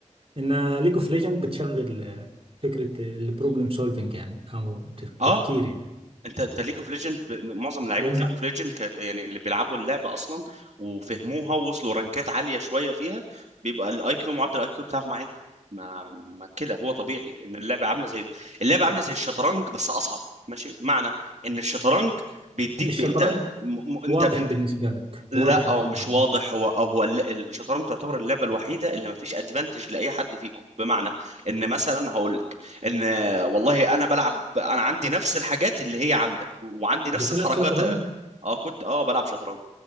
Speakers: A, on the right; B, on the right.
A: ان ليج اوف ليجند بتشغل آه، فكره البروبلم سولفنج يعني او ت-
B: اه
A: تفكير يعني
B: انت انت ليج اوف ليجند معظم لعيبه
A: لان
B: ليج اوف ليجند يعني اللي بيلعبوا اللعبه اصلا وفهموها ووصلوا رانكات عاليه شويه فيها بيبقى الاي كيو معدل الاي كيو بتاعهم عالي ما ما كده هو طبيعي ان اللعبه عامله زي اللعبه عامله زي الشطرنج بس اصعب ماشي بمعنى ان الشطرنج بيديك
A: الشطرنج
B: ب... انت م... م... انت
A: واضح
B: انت
A: بالنسبه لك
B: لا
A: واضح القطعه
B: او مش واضح هو او هو الل- الشطرنج تعتبر اللعبه الوحيده اللي ما فيش ادفانتج لاي حد فيكم بمعنى ان مثلا هقول لك ان والله انا بلعب انا عندي نفس الحاجات اللي هي عندك وعندي نفس
A: بتلعب
B: الحركات
A: شطرنج
B: اه كنت اه بلعب شطرنج